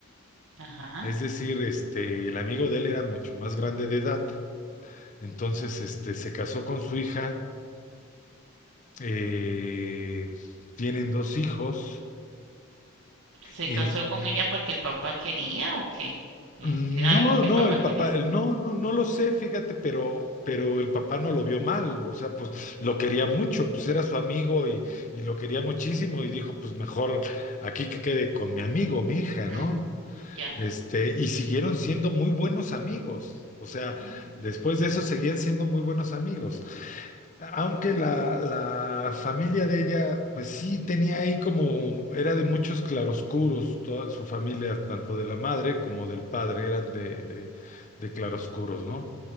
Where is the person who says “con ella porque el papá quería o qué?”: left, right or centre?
Right